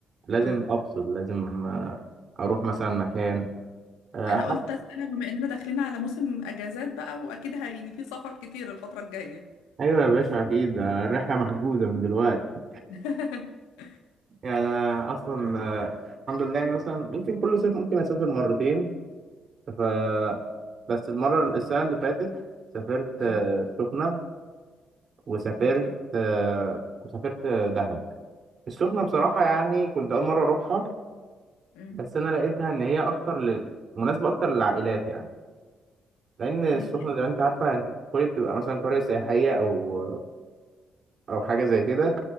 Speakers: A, on the right (about 55°); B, on the left (about 85°).
A: لازم
B: اه
A: افصل لازم آه، اروح مثلا مكان آه،
B: انا قلت
A: حتى
B: اسألها بما اننا داخلين على موسم اجازات بقى واكيد هي- يعني في سفر كتير الفترة الجاية
A: ايوه يا باشا اكيد آه، الرحله محجوزه من دلوقتي
B: <laughs>
A: يعني انا اصلا آه، الحمد لله يعني مثلا ممكن كل صيف ممكن اسافر مرتين ف بس المره السنه اللي فاتت سافرت
B: اه
A: آه، السخنه وسافرت
B: اوكي
A: آه، وسافرت آه، دهب السخنة بصراحة
B: الله
A: يعني كنت أول مرة أروحها
B: مم.
A: بس أنا لقيتها إن هي أكتر لل... مناسبة أكتر للعائلات يعني لأن السخنة
B: هي
A: زي ما أنت عارفة أنت بتدخلي بتبقى مثلا قرية سياحية أو أو حاجة زي كده